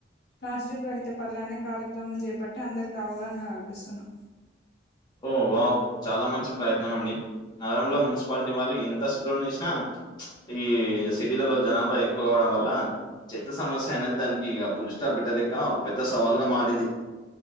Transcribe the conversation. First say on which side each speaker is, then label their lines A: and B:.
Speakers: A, on the left; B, on the left.
A: ప్లాస్టిక్ రహిత పల్లనే కార్యక్రమం చేపట్టి అందరికీ అవగాహన కల్పిస్తున్నా.
B: ఓ వాహ్ చాలా మంచి ప్రయత్నం అండి నగరంలో మున్సిపాలిటీ వారు ఎంత శుభ్రం చేసు ఈ సిటీలలో జనాభా ఎక్కువ అవ్వడం వల్ల చెత్త సమస్య అనేది దానికి ఇక పులిస్టాబిట్టలేక ఒక పెద్ద సవాల్గా మారింది.